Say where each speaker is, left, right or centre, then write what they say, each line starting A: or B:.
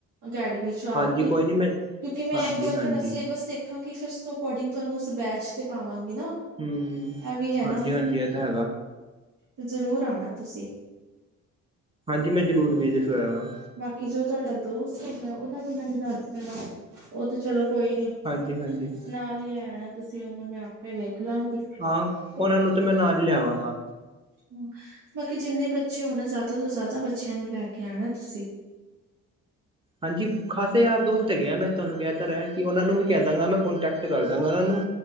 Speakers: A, on the right; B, on the right.
A: ਅਕੈਡਮੀ ਚ ਜਾ
B: ਹਾਂਜੀ
A: ਕੇ
B: ਕੋਈ ਨਹੀਂ ਮੈਂ
A: ਕਿਓਂਕਿ ਮੈਂ
B: ਹਾਂਜੀ
A: ਇੱਕ ਵਾਰ
B: ਹਾਂਜੀ
A: ਤੁਆਡਾ ਸਿਲੇਬਸ ਦੇਖ ਦੇਖਾਂਗੀ ਫਿਰ ਉਸ ਤੋਂ ਅਕੋਡਿੰਗ ਤੁਆਨੂੰ ਉਸ ਬੈਚ ਤੇ ਪਾਵਾਂਗੀ ਨਾ।
B: ਹੂੰ,
A: ਇਹ ਵੀ ਹੈ ਨਾ
B: ਹਾਂਜੀ-ਹਾਂਜੀ ਏਹ ਤਾਂ ਹੈਗਾ।
A: ਤੇ ਜ਼ਰੂਰ ਆਣਾ ਤੁਸੀਂ।
B: ਹਾਂਜੀ ਮੈਂ ਜ਼ਰੂਰ ਵਿਜਿਟ ਕਰਾਂਗਾ।
A: ਬਾਕੀ ਜੋ ਤੁਹਾਡਾ ਦੋਸਤ ਹੈਗਾ ਓਦਾ ਵੀ ਮੈਨੂੰ ਦੱਸ ਦੇਣਾ, ਓ ਤੇ ਚਲੋ ਕੋਈ ਨੀ।
B: ਹਾਂਜੀ-ਹਾਂਜੀ।
A: ਨਾਲ ਈ ਲੈ ਆਣਾ ਤੁਸੀਂ ਓਨੂੰ ਮੈਂ ਆਪੇ ਵੇਖ ਲਾਗੀ।
B: ਹਾਂ ਓਨਾਂ ਨੂੰ ਤਾਂ ਮੈਂ ਨਾਲ ਈ ਲਿਆਵਾਂਗਾ।
A: ਹੂੰ, ਬਾਕੀ ਜਿੰਨੇ ਬੱਚੇ ਹੋਣ ਨਾ ਜਾਦਾ ਤੋਂ ਜਾਦਾ ਬੱਚਿਆਂ ਨੂੰ ਲੈ ਕੇ ਆਣਾ ਤੁਸੀਂ।
B: ਹਾਂਜੀ ਖਾਸੇ ਯਾਰ ਦੋਸਤ ਹੈਗੇ ਆ ਮੈਂ ਤੋਨੂੰ ਕਹਿ ਤਾਂ ਰੇਆ ਕਿ ਓਨਾਂ ਨੂੰ ਵੀ ਕਹਿ ਦਾਂਗਾ ਮੈਂ ਕੋਟੈਕਟ ਕਰ ਦਾਂਗਾ ਓਨਾਂ ਨੂੰ।